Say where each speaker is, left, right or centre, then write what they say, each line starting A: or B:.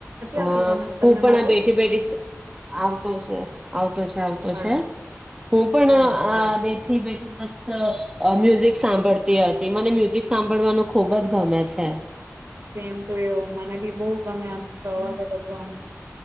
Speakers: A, on the right; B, on the right.
A: અ
B: આવતી તને તમને
A: હું પણ
B: મારો
A: આ બેઠી બેઠી આવતો છે આવતો છે આવતો
B: હા
A: છે હ હું પણ
B: અચ્છા
A: આ બેઠી બે મસ્ત મ્યુઝિક સાંભળતી હતી મને મ્યુઝિક સાંભળવાનું ખુબ જ ગમે છે.
B: સેમ ટુ યુ મને બી બઉ ગમે આમ સવારે બધું આમ.